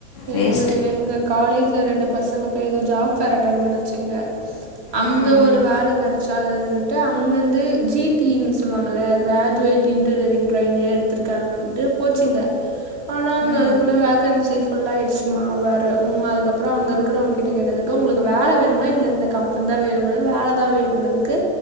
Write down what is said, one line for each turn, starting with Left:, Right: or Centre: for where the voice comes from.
Right: எங்க
Left: வேஸ்ட்
Right: எங்க காலேஜ்ல ரெண்டு பசங்க போய் ஏதோ ஜாப் ஃபேர் அட்டன் பண்ணுச்சுங்க அங்க
Left: ம் ம்
Right: ஒரு வேல கெடச்சா அது ட்டு அங்கந்து ஜி டி ன்னு சொல்லுவாங்ல்ல கிராஜுவேட் இன்டிடியரிங் ட்ரைனியே எடுத்திருகாங்கன்டு போச்சுங்க ஆனா அங்க
Left: ம்
Right: அதுக்குள்ள வேகன்சி ஃபுல்லாய்டுச்சுமா வேற உங்க அதுக்கப்புற அங்க இருக்கிறவங்க கிட்ட கேட்டதுக்கு உங்களுக்கு வேல வேணுமா இல்ல இந்த கம் தா வேணுமா வேலதா வேணும்னதுக்கு